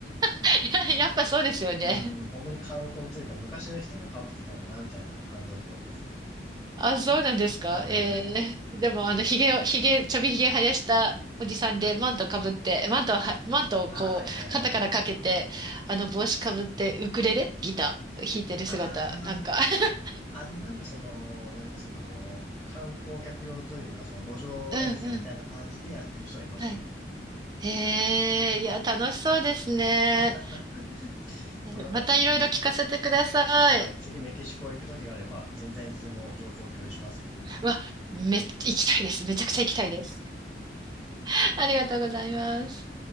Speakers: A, on the right; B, in the centre.
A: <laughs> いや、<laughs> やっぱそうですよね。
B: うん、本当に観光というか、昔の人が被ってたんだな、みたいな感じだと思います。
A: あ、そうなんですか。
B: はいはいはい。
A: ええ、でも、あの、ひげを、ひげ、ちょびひげ生やしたおじさんで、マントかぶって、マントをは、マントをこう、
B: ああ、はいはいはいはい。
A: 肩からかけて、あの、帽子かぶって、ウクレレ、ギター弾いてる姿、
B: あ
A: なんか <laughs>
B: あ、あ、でもなんかその、何、その、観光客用というか、その路上演奏みたいな感じでやってる人はいましたね。
A: うんうん。はい。へえ、いや、楽しそうですね。
B: <laughs>
A: えーまたいろいろ聞かせてください。
B: まあなんか次、はい、次メキシコ行く時があれば、全然いつでも情報共有しますよ。
A: うわ、めっ、行きたいです。めちゃくちゃ行きたいです。<laughs> ありがとうございます。